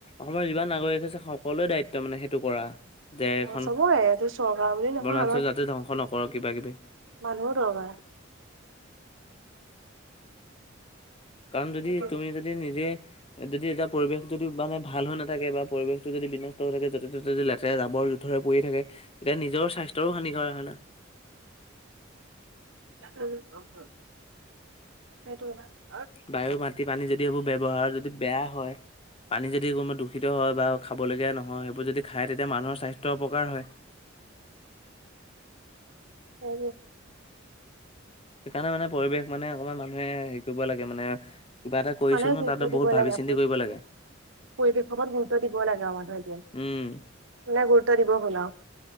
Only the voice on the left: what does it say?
অসমৰ যিমান নাগৰিক আছে সকলোৰে দায়িত্ব মানে সেইটো কৰা। যে এখন
বনাঞ্চল জাতে ধ্বংস নকৰক কিবা কিবি।
কাৰণ যদি
তুমি যদি নিজে এ যদি এতিয়া পৰিৱেশ যদি মানে ভাল হৈ নাথাকে বা পৰিবেশটো যদি বিনষ্ট হৈ থাকে য'তে ত'তে যদি লেতেৰা জাবৰ জথোৰ হৈ পৰি থাকে তেতিয়া নিজৰ স্বাস্থ্যৰো হানি কৰা হয় না।
বায়ু মাটি পানী যদি এইবোৰ ব্যৱহাৰ যদি বেয়া হয় পানী যদি কোনোবাত দূষিত হয় বা খাবলগীয়া নহয় সেইবোৰ যদি খায় তেতিয়া মানুহৰ স্বাস্থ্যৰ অপকাৰ হয়।
সেইকাৰণে মানে পৰিৱেশ মানে অকমান মানুহে হেৰি কৰিব লাগে মানে। কিবা এটা কৰিছোঁ
নো
তাতে
বহুত
ভাবি চিন্তি কৰিব লাগে।
উম